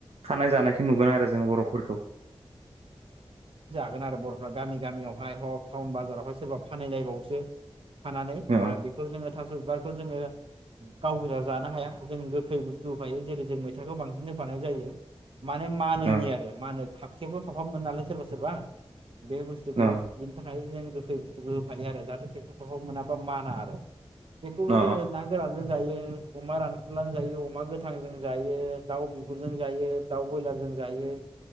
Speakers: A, on the right (about 80°); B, on the right (about 60°).
A: खानाय जानायखौ नुगोन आरो जों बर'फोरखौ
B: गोन आरो बर'फ्रा गामि गामियावहाय हक टाउन बाजारावहाय सोरबा फानायलायबावसो फानानै
A: अ
B: बेखौ जोङो थास' बार बेखौ जोङो गाव गोजा जानो हाया जों गोखै बुस्थु होफायो जेरै जों मैथाखौ बांसिन बानाय जायो। माने मानैनि
A: अ
B: आरो मा होनो खाब खेबो खाब-खाबमोन नालाय सोरबा-सोरबा बे बुस्थुखौ
A: अ
B: बिनि थाखाय जों गो खै बुस होफायो आरो जाहाथे खेब-खेब खाब-खाब मोना बा माना आरो। बेखौबो
A: अ
B: जोङो ना गोरानजों जायो अमा रान फुलाजोंजायो अमा गोथांजों जायो दाउ बिगुरजों जायो दाउ ब्रयलारजों जायो